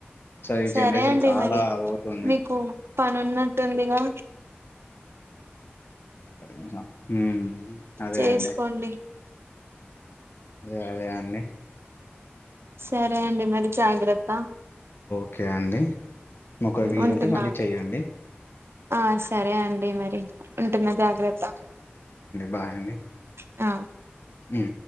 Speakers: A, on the left; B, on the right.
A: సో ఈ
B: సరే
A: జనరేషన్
B: అండి
A: చాలా
B: మరి
A: పోతుంది
B: మీకు పనిన్నట్టుందిగా
A: చెక్కడష హ అదే
B: చేసుకోండి
A: అండి అదే అదే అండి
B: సరే అండి మరి జాగ్రత్త
A: ఓకే అండి ఒక వీలుంటే
B: ఉంటున్నా
A: మళ్ళీ
B: అండీ
A: చెయ్యండి
B: ఆ సరే అండి మరి ఉంటున్న జాగ్రత్త
A: బాయి అండి
B: ఆ
A: హ